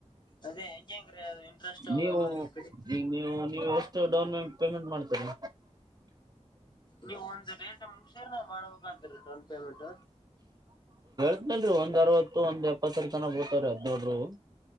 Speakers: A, on the left; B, on the right.
A: ಅದೇ ಹೆಂಗ ಹೆಂಗ್ರೀ ಅದು ಇಂಟ್ರೆಸ್ಟ್
B: ನೀವು
A: ಎಲ್ಲಾ ನಿಮ್
B: ಈಗ ನೀವು ನೀವು ಎಷ್ಟು ಡೌನ್ ಪೇಮೆಂಟ್ ಮಾಡ್ತೀರಿ
A: ನೀವು ಒಂದ ರೇಟ್ ಮುಗಿಸಿರಿ ನಾನ್ ಮಾಡ್ಬೇಕಂತಲ್ಲ ಡೌನ್ ಪೇಮೆಂಟ್
B: ಅದ್ನೇಲ್ರಿ ಒಂದ್ ಅರ್ವತ್ತು ಒಂದ್ ಎಪ್ಪತ್ತರ ತನ ಬೀ ತಾವೀ ರಿ ಹದ್ನೋಡ್ರು